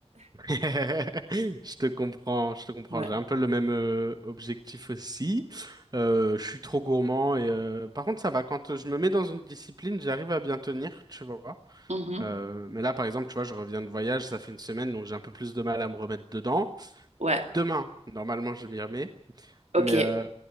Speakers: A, on the right; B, on the right.
A: <laughs> Je te comprends, je te comprends.
B: Ouais.
A: J'ai un peu le même euh, objectif aussi. Euh, je suis trop gourmand et euh, par contre ça va. Quand je me mets dans une discipline, j'arrive à bien tenir, tu vois.
B: Mhm.
A: Euh, mais là, par exemple, tu vois, je reviens de voyage, ça fait une semaine, donc j'ai un peu plus de mal à me remettre dedans.
B: Ouais.
A: Demain, normalement, je m'y remets.
B: Ok.
A: Mais euh,